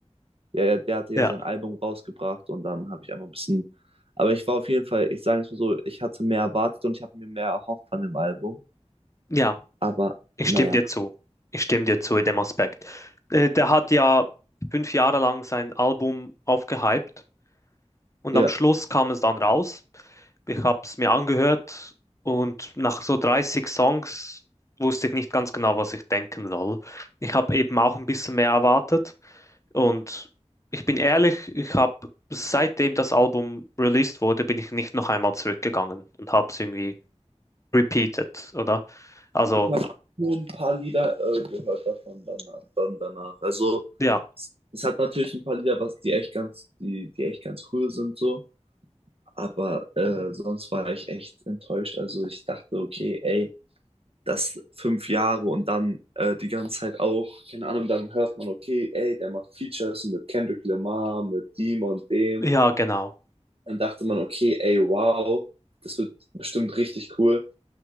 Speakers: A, on the right; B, on the left.
A: ja, ja, der hatte
B: Ja,
A: ja sein Album rausgebracht und dann habe ich einfach ein bisschen, aber ich war auf jeden Fall, ich sage es mal so, ich hatte mehr erwartet und ich habe mir mehr erhofft von dem Album,
B: ja,
A: aber
B: ich
A: naja,
B: stimme dir zu. Ich stimme dir zu in dem Aspekt. Äh, Der hat ja fünf Jahre lang sein Album aufgehypt und
A: ja.
B: am Schluss kam es dann raus. Ich habe es mir angehört und nach so 30 Songs wusste ich nicht ganz genau, was ich denken soll. Ich habe eben auch ein bisschen mehr erwartet und ich bin ehrlich, ich habe seitdem das Album released wurde, bin ich nicht noch einmal zurückgegangen und habe es irgendwie repeated, oder? Also.
A: Ich habe nur ein paar Lieder äh, gehört davon danach, dann danach. Also
B: Ja,
A: es, es hat natürlich ein paar Lieder, was die echt ganz, die, die echt ganz cool sind so. Aber äh, sonst war ich echt enttäuscht. Also ich dachte, okay, ey, das fünf Jahre und dann äh, die ganze Zeit auch, keine Ahnung, dann hört man, okay, ey, der macht Features mit Kendrick Lamar, mit dem und dem.
B: Ja, genau.
A: Dann dachte man, okay, ey, wow, das wird bestimmt richtig cool.